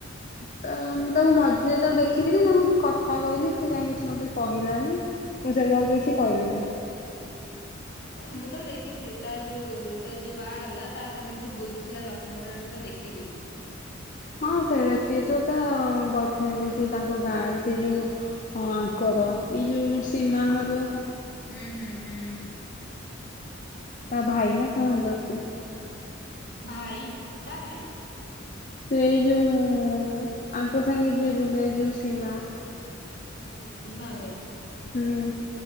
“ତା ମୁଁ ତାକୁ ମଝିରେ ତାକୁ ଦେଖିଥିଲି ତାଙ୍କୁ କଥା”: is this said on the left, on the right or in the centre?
Left